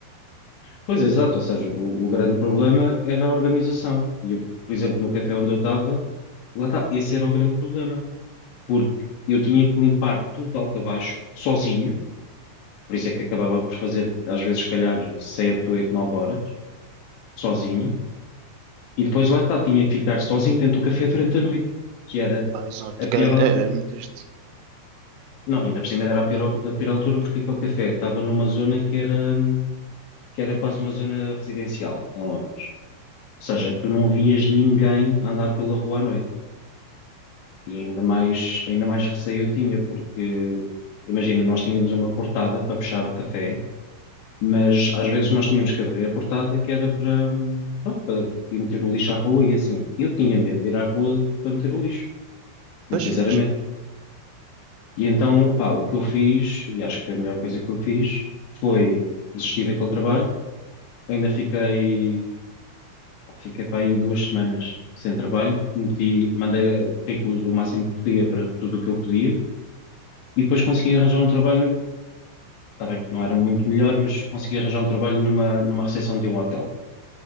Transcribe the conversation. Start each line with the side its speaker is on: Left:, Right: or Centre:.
Left: Pois, é exato, ou seja, o, o grande problema era a organização. E, eu, por exemplo, no café onde eu estava, lá está, esse era o grande problema, porque eu tinha que limpar tudo de alto a baixo, sozinho, por isso é que acabava por fazer, às vezes, se calhar, sete, oito, nove horas, sozinho E depois lá está, tinha que ficar sozinho dentro do café durante a noite, que era
Right: Pá, exato,
Left: a pior
Right: cara,
Left: altura.
Right: é, é muito triste.
Left: Não, ainda por cima era a pior, a pior altura porque aquele café estava numa zona que era, hum, que era quase uma zona residencial em Londres. Ou seja, tu não vias ninguém a andar pela rua à noite. E ainda mais, ainda mais receio eu tinha, porque imagina, nós tínhamos uma portada para fechar o café, mas às vezes nós tínhamos que abrir a portada que era para, hum, pronto, para ir meter o lixo à rua e assim. Eu tinha medo de ir à rua para meter o lixo, muito
Right: Mas
Left: sinceramente.
Right: imagino.
Left: E então, pá, o que eu fiz, e acho que foi a melhor coisa que eu fiz, foi desistir daquele trabalho. Ainda fiquei, pá, fiquei para aí duas semanas sem trabalho. Meti, mandei currículos o máximo que podia para tudo o que eu podia. E depois consegui arranjar um trabalho, está bem que não era muito melhor, mas consegui arranjar um trabalho numa, numa recepção de um hotel.